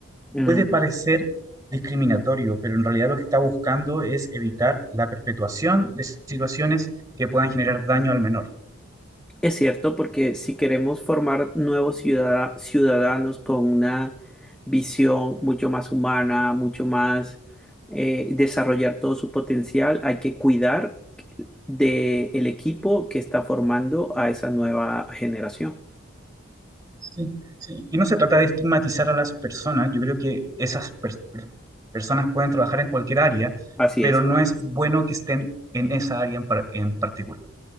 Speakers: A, in the centre; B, on the right.
A: Mm,
B: Puede parecer discriminatorio, pero en realidad lo que está buscando es evitar la perpetuación de situaciones que puedan generar daño al menor.
A: Es cierto, porque si queremos formar nuevos ciudada- ciudadanos con una visión mucho más humana, mucho más eh, desarrollar todo su potencial, hay que cuidar del equipo que está formando a esa nueva generación.
B: Sí, sí. Y no se trata de estigmatizar a las personas. Yo creo que esas per- per- personas pueden trabajar en cualquier área,
A: Así
B: pero
A: es.
B: no es bueno que estén en esa área en, par- en particular.